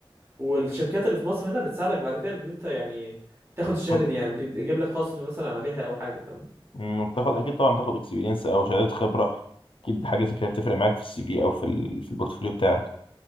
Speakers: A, on the right; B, on the left.
A: والشركات اللي في مصر هنا بتساعدك بعد كده ان انت يعني تاخد الشهاده
B: خد-
A: دي يعني بيجيب لك خصم مثلا عليها او حاجه فاهم
B: مم، بتاخد اكيد طبعا بتاخد اكسبيرينس او شهادات خبره اكيد حاجه زي كده بتفرق معاك في السي في او في ال... في البورتفوليو بتاعك